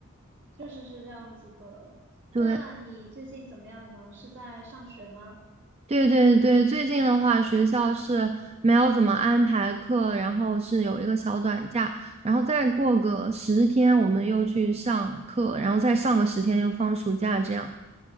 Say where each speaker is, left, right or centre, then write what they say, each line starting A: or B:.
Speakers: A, on the right; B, on the right.
A: 确实是这样子的。
B: 对，
A: 那你最近怎么样呢？是在上学吗？
B: 对对对，最近的话，学校是没有怎么安排课，然后是有一个小短假，然后再过个十天，我们又去上课，然后再上个十天又放暑假，这样